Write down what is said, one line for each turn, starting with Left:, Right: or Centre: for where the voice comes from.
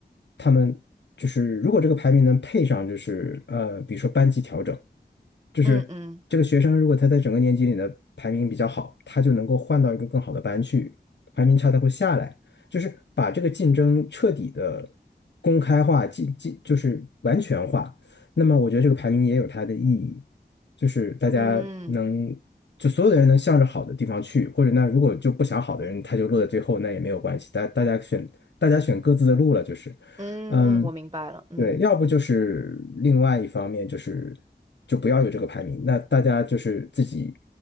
Left: 他们就是如果这个排名能配上，就是呃，比如说班级调整。就是这个学生如果他在整个年级里的排名比较好，
Right: 嗯嗯
Left: 他就能够换到一个更好的班去，排名差他会下来。就是把这个竞争彻底的公开化，竞竞就是完全化。那么我觉得这个排名也有它的意义，就是大家能就所有的人能向着好的地方去，
Right: 嗯
Left: 或者那如果就不想好的人他就落在最后，那也没有关系，大大家选大家选各自的路了，就是。
Right: 嗯，
Left: 嗯，
Right: 嗯我明白了，嗯
Left: 对，要不就是另外一方面就是就不要有这个排名，那大家就是自己